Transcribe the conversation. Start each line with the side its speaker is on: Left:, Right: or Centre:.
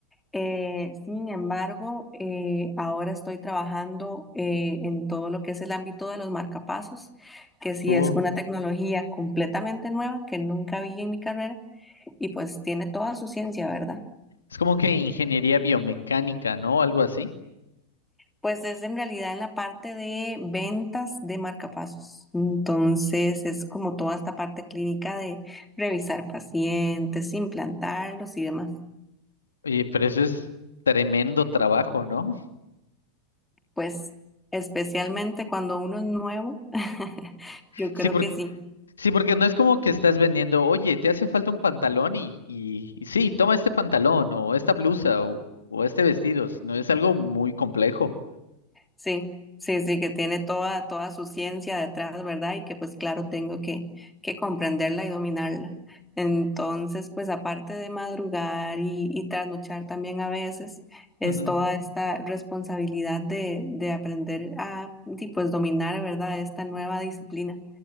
Centre: Eh, sin embargo, eh, ahora estoy trabajando eh, en todo lo que es el ámbito de los marcapasos, que sí
Left: Oh,
Centre: es una tecnología completamente nueva que nunca vi en mi carrera y pues tiene toda su ciencia, ¿verdad?
Left: Es como que ingeniería biomecánica, ¿no? Algo así.
Centre: Pues es en realidad en la parte de ventas de marcapasos. Entonces es como toda esta parte clínica de revisar pacientes, implantarlos y demás.
Left: Oye, pero eso es tremendo trabajo, ¿no?
Centre: Pues especialmente cuando uno es nuevo, <laughs>
Left: <laughs>
Centre: yo creo
Left: Sí, porque
Centre: que sí.
Left: Sí, porque no es como que estás vendiendo, oye, te hace falta un pantalón y, y, y sí, toma este pantalón o esta blusa o, o este vestido, sino es algo muy complejo.
Centre: Sí, sí, sí, que tiene toda, toda su ciencia detrás, ¿verdad? Y que pues claro, tengo que, que comprenderla y dominarla. Entonces, pues aparte de madrugar y, y trasnochar también a veces, es
Left: Ujú.
Centre: toda esta responsabilidad de, de aprender a y pues dominar, ¿verdad? Esta nueva disciplina,